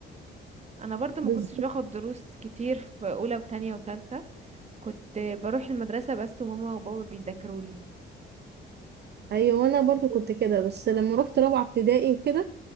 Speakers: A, on the right; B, on the right.
A: انا برضو ما
B: بالظبط
A: كنتش باخد دروس كتير في اولى وتانية وتالتة كنت بروح المدرسة بس وماما وبابا بيذاكروا لي
B: ايوه وانا برضو كنت كده بس لما رحت رابعه ابتدائي وكده